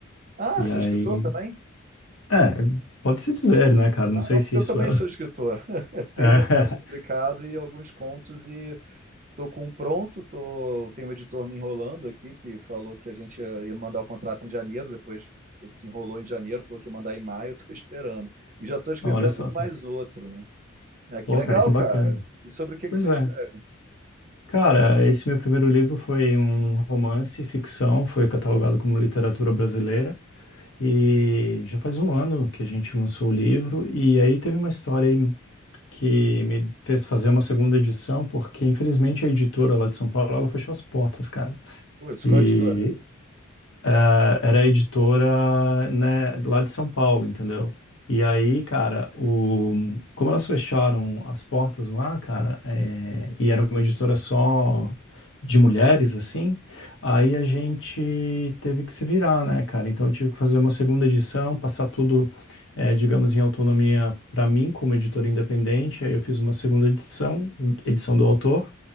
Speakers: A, on the right; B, on the left.
A: Ah,
B: E
A: você
B: aí,
A: é escritor também?
B: é, pode-se dizer, né, cara? Não
A: Ah,
B: sei
A: não, porque
B: se isso
A: eu também
B: é.
A: sou escritor. <laughs> Eu tenho
B: <laughs>
A: um romance publicado e alguns contos e tô com um pronto, tô... tem um editor me enrolando aqui que falou que a gente ia ia mandar o contrato em janeiro, depois ele se enrolou em janeiro, falou que ia mandar em maio, <laughs> eu tô esperando. E já tô escrevendo
B: É, olha só,
A: mais
B: cara.
A: outro, né? É, que
B: Pô,
A: legal,
B: cara, que
A: cara.
B: bacana.
A: E sobre o que
B: Pois
A: que você
B: é.
A: escreve?
B: Cara, esse meu primeiro livro foi um romance, ficção, foi catalogado como literatura brasileira. E já faz um ano que a gente lançou o livro, e aí teve uma história aí que me fez fazer uma segunda edição, porque infelizmente a editora lá de São Paulo, ela fechou as portas, cara.
A: Putz,
B: E
A: qual editora?
B: eh, era editora, né, lá de São Paulo, entendeu? E aí, cara, o... como elas fecharam as portas lá, cara, eh, e era uma editora só de mulheres, assim, aí a gente teve que se virar, né, cara? Então eu tive que fazer uma segunda edição, passar tudo, eh, digamos, em autonomia para mim, como editora independente. Aí eu fiz uma segunda edição, edição do autor.